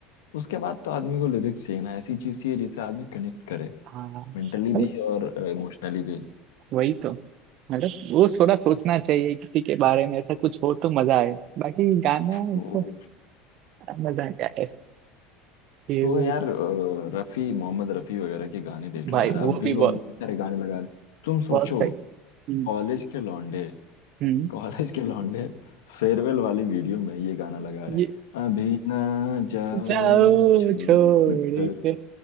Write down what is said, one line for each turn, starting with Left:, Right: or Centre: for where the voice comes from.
Left: उसके बाद तो आदमी को लिरिक्स चाहिए ना ऐसी चीज चाहिए जिससे आदमी कनेक्ट करे
Right: हाँ
Left: मेंटली भी
Right: मतलब
Left: और इमोशनली भी
Right: वही तो मतलब वो थोड़ा सोचना चाहिए किसी के बारे में ऐसा कुछ हो तो मजा आए बाकी गाना
Left: तो,
Right: तो मजा आएगा ऐसा
Left: तो यार अ, रफी मोहम्मद रफी वगैरह के गाने देख
Right: भाई
Left: लो यार अब
Right: वो
Left: भी
Right: भी
Left: लोग
Right: बहुत
Left: बहुत सारे गाने लगा रहे हैं। तुम सोचो
Right: बहुत सही हम्म
Left: कॉलेज के लौंडे
Right: हम्म,
Left: कॉलेज के लौंडे फेयरवेल वाली वीडियो में ये गाना लगा रहे
Right: ये
Left: हैं अभी ना जाओ
Right: जाओ
Left: छोड़
Right: छोड़
Left: कर
Right: के